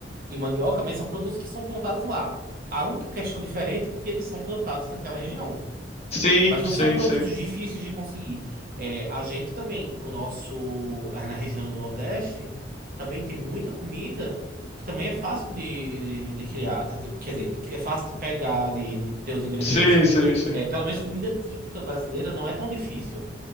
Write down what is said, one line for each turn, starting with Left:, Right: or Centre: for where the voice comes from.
Right: e mandioca, mas são produtos que são plantados lá. A única questão diferente é que eles são plantados naquela região.
Left: Sim,
Right: Mas não
Left: sim,
Right: são produtos
Left: sim.
Right: difíceis de conseguir. É, a gente também, o nosso, ah, na região do Nordeste, também tem muita comida que também é fácil de, de criar. de- de- quer dizer, é fácil de pegar, de, de ter os ingredientes.
Left: Sim, sim, sim.
Right: É, pelo menos comida típica brasileira não é tão difícil.